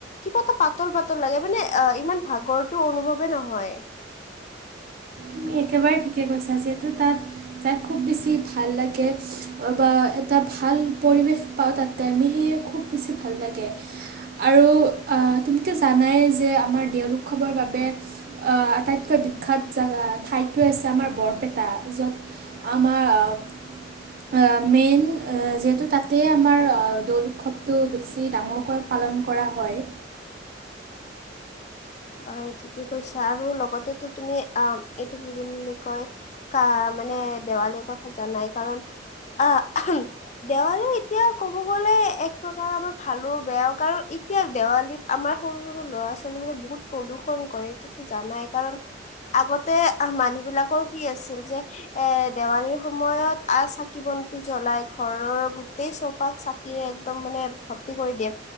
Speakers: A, on the left; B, on the right.
A: কিবা এটা পাতল, পাতল লাগে ইপিনে অ ইমান ভাগৰটো অনুভৱে নহয়। <unintelligible>
B: তুমি একেবাৰে ঠিকে কৈছা, যিহেতু তাত যাই খুব বেছি ভাল লাগে বা এটা। এটা ভাল পৰিৱেশ পাওঁ তাতে আমি সেয়ে খুব বেছি ভাল লাগে। আৰু আহ তুমিতো জানাই যে আমাৰ দেওল উৎসৱৰ বাবে আহ আটাইতকৈ বিখ্যাত জাগা ঠাইটোৱে হৈছে আমাৰ বৰপেটা য'ত আমাৰ আ মেইন যিহেতু তাতেই আমাৰ দৌল উৎসৱটো বেছি ডাঙৰকৈ পা পালন কৰা হয়।
A: <unintelligible> হয় ঠিকে কৈছা। আৰু লগতেতো তুমি অ এইটো কি বুলি কয় কামাখ্যা। মানে দেৱালীৰ কথা জানাই কাৰণ আহ দেৱালীও এতিয়া ক'ব গ'লে এক প্ৰকাৰ আমাৰ ভালো বেয়াও কাৰণ এতিয়া দেৱালীত আমাৰ সৰু সৰু ল'ৰা ছোৱালী বোৰে বহুত প্ৰদূ্ষন কৰে এইটোতো জানাই কাৰণ আগতে মানুহ বিলাকৰ কি আছিল যে এ দেৱালীৰ সময়ত আ চাকিব বাতি জ্বলাই ঘৰৰ গোটেই চৌপাক চাকিৰে একদম মানে ভৰ্তি কৰি দিয়ে